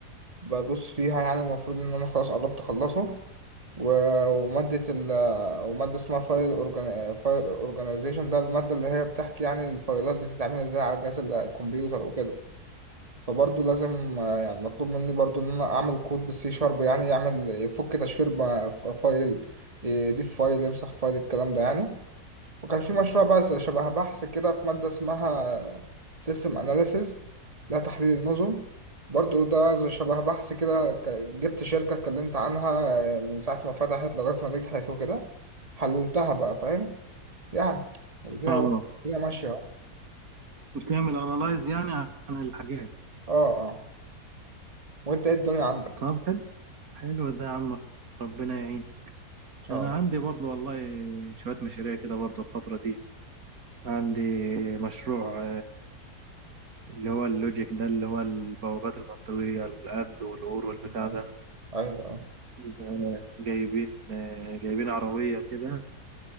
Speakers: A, on the right; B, on the right.
A: بدوس فيها يعني المفروض إن أنا خلاص قربت أخلصه و- ومادة ال ومادة اسمها فايل أورجان فايل أورجانيزيشن ده المادة اللي هي بتحكي يعني الفايلات بتتعمل إزاي على جهاز ال- الكمبيوتر وكده فبرضه لازم آه، يعني مطلوب مني برضه إن أنا أعمل كود بالسي شارب يعني يعمل يفك تشفير ب- ف- فايل يضيف فايل يمسح فايل الكلام ده يعني وكان في مشروع بقى ز- شبه بحث كده في مادة اسمها سيستم أناليسيز ده تحليل النظم برضو ده ز- شبه بحث كده ك- جبت شركة اتكلمت عنها آه، من ساعة ما فتحت لغاية ما نجحت وكده حللتها بقى فاهم يعني ودي
B: اه
A: هي ماشية اهو.
B: بتعمل انالايز يعني عن الحاجات
A: اه اه وانت ايه الدنيا عندك
B: طب حلو حلو ده يا عم ربنا يعينك
A: ان شاء
B: انا
A: الله
B: عندي برضو والله شوية مشاريع كده برضو الفترة دي عندي مشروع اللي هو اللوجيك ده اللي هو البوابات المنطقية الأند والأور والبتاع
A: ايوه
B: ده
A: ايوه
B: آه، جايبين آه، جايبين عربية كده